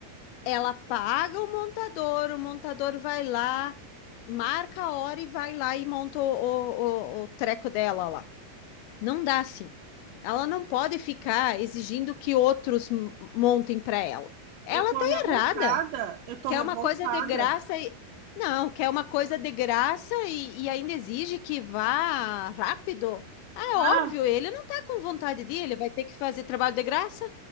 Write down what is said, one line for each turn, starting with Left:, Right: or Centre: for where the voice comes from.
Left: Ela paga o montador, o montador vai lá, marca a hora e vai lá e monta o, o, o, o treco dela lá. Não dá assim. Ela não pode ficar exigindo que outros m- montem para ela. Ela
Right: Eu tô
Left: tá
Right: revoltada,
Left: errada.
Right: eu tô
Left: Quer
Right: revoltada.
Left: uma coisa de graça e. Não, quer uma coisa de graça e, e ainda exige que vá rápido. Ah, é
Right: Ah,
Left: óbvio, ele não tá com vontade de ir, ele vai ter que fazer trabalho de graça.